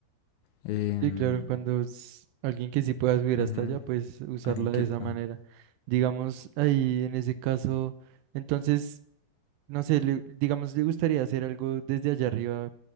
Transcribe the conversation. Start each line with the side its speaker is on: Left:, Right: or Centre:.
Left: em,
Right: Sí, claro, cuando es alguien que sí pueda subir
Left: ujú,
Right: hasta allá, pues usarla
Left: alguien que...
Right: de esa
Left: pa-
Right: manera. Digamos, ahí en ese caso, entonces. No sé, le- digamos, le gustaría hacer algo desde allá arriba